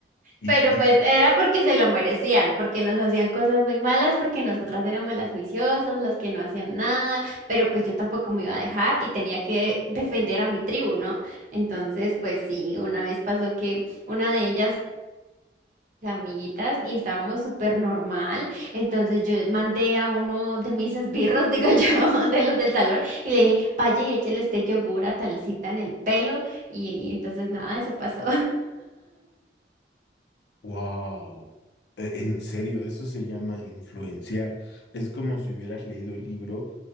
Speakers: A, on the left (about 75°); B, on the right (about 45°).
A: Y,
B: Pero
A: y,
B: pues era porque se lo merecían, porque nos hacían cosas muy malas, porque nosotras éramos las juiciosas, las que no hacían nada, pero pues yo tampoco me iba a dejar y tenía que defender a mi tribu, ¿no? Entonces, pues sí, una vez pasó que una de ellas amiguitas y estábamos súper normal. Entonces yo mandé a uno de mis esbirros, digo yo, <laughs> de los del salón, y le dije, vaya y échele este yogur a talcita en el pelo. Y, y entonces nada, eso pasó.
A: wow, en serio, eso se llama influenciar. Es como si hubieras leído el libro,